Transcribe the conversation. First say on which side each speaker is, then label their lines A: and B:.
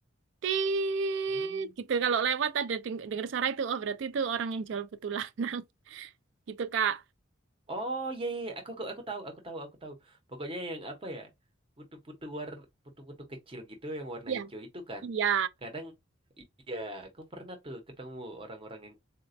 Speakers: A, on the right; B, on the right.
A: Tit,
B: Hmm.
A: gitu kalau lewat ada deng- dengar suara itu oh berarti itu orang yang jual putu lanang <laughs> gitu Kak
B: Oh iya, iya, iya. Aku, aku aku tahu, aku tahu, aku tahu. Pokoknya yang apa ya? Putu-putu war, putu-putu kecil gitu yang warna
A: Iya.
B: hijau itu kan.
A: iya
B: Kadang iya, aku pernah tuh ketemu orang-orang yang